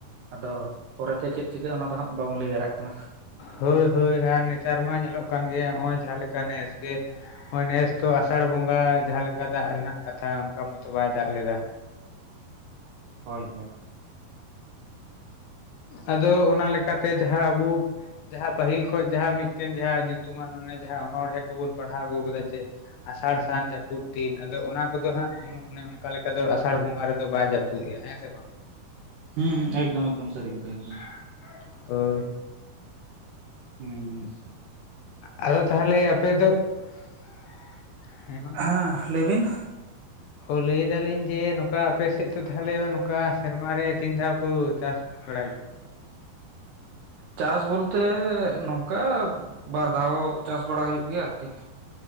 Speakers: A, on the right; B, on the left.
A: ᱟᱫᱚ ᱯᱚᱨᱮ ᱛᱮ ᱪᱮᱫ ᱪᱤᱠᱟᱹᱜ-ᱟ ᱚᱱᱟ ᱫᱚ ᱦᱟᱸᱜ ᱵᱟᱵᱚᱱ ᱞᱟᱹᱭ ᱫᱟᱲᱮᱭᱟᱜ ᱠᱟᱱᱟ ᱾
B: ᱦᱳᱭ ᱦᱳᱭ ᱟᱨ ᱱᱮᱛᱟᱨ ᱢᱟ ᱧᱮᱞᱚᱜ ᱠᱟᱱ ᱜᱮᱭᱟ ᱱᱚᱜ-ᱚᱭ ᱡᱟᱦᱟᱸ ᱞᱮᱠᱟ ᱱᱮᱥ ᱡᱮ ᱱᱚᱸᱜ-ᱚᱭ ᱱᱮᱥ ᱛᱚ ᱟᱥᱟᱲ ᱵᱚᱸᱜᱟ ᱡᱟᱦᱟᱸ ᱞᱮᱠᱟ ᱫᱟᱜ ᱨᱮᱱᱟᱜ ᱠᱟᱛᱷᱟ ᱚᱱᱠᱟ ᱢᱚᱛᱚ ᱵᱟᱭ ᱫᱟᱜ ᱞᱮᱫᱟ ᱾
A: ᱦᱳᱭ ᱦᱳᱭ ᱾
B: ᱟᱫᱚ ᱚᱱᱟ ᱞᱮᱠᱟᱛᱮ ᱡᱟᱦᱟᱸ ᱟᱵᱚ ᱡᱟᱦᱟᱸ ᱯᱟᱹᱦᱤᱞ ᱠᱷᱚᱡ ᱡᱟᱦᱟᱸ ᱢᱤᱫᱴᱮᱱ ᱡᱟᱦᱟᱸ ᱧᱩᱛᱩᱢᱟᱱ ᱚᱱᱮ ᱡᱟᱦᱟᱸ ᱚᱱᱚᱲᱦᱮᱸ ᱠᱚᱵᱚᱱ ᱯᱟᱲᱦᱟᱣ ᱟᱹᱜᱩ ᱟᱠᱟᱫᱟ ᱡᱮ ᱟᱥᱟᱲ ᱥᱟᱱ ᱡᱟᱹᱯᱩᱫ ᱫᱤᱱ ᱟᱫᱚ ᱚᱱᱟ ᱠᱚᱫᱚ ᱦᱟᱸᱜ <unintelligible> ᱚᱱᱮ ᱚᱱᱠᱟ ᱞᱮᱠᱟ ᱫᱚ ᱟᱥᱟᱲ ᱵᱚᱸᱜᱟ ᱨᱮᱫᱚ ᱵᱟᱭ ᱡᱟᱹᱯᱩᱫᱮᱜ-ᱟ ᱦᱮᱸ ᱥᱮ ᱵᱟᱝ ᱾
A: ᱦᱩᱸ ᱦᱩᱸ ᱮᱠᱫᱚᱢ ᱮᱠᱫᱚᱢ ᱥᱟᱹᱨᱤ ᱠᱟᱛᱷᱟ ᱮᱠᱫᱚᱢ ᱾
B: <inaudible> ᱦᱳᱭ ᱾
A: ᱦᱩᱸ ᱾ <inaudible>
B: ᱟᱫᱚ ᱛᱟᱦᱚᱞᱮ ᱟᱯᱮ ᱫᱚ <inaudible> ᱦᱮᱸ ᱢᱟ
A: ᱦᱟᱸ ᱞᱟᱹᱭ ᱵᱤᱱ ᱾
B: ᱦᱚᱸ ᱞᱟᱹᱭ ᱮᱫᱟᱞᱤᱧ ᱡᱮ ᱱᱚᱝᱠᱟ ᱟᱯᱮᱥᱮᱫ ᱫᱚ ᱛᱟᱦᱚᱞᱮ ᱱᱚᱝᱠᱟ ᱥᱮᱨᱢᱟ ᱨᱮ ᱛᱤᱱ ᱫᱷᱟᱣ ᱠᱚ ᱪᱟᱥ ᱵᱟᱲᱟᱭ ᱜᱮᱭᱟ?
A: ᱪᱟᱥ ᱵᱚᱞᱛᱮ ᱱᱚᱝᱠᱟ ᱵᱟᱨ ᱫᱷᱟᱣ ᱪᱟᱥ ᱵᱟᱲᱟ ᱦᱩᱭᱩᱜ ᱜᱮᱭᱟ ᱟᱨᱠᱤ ᱾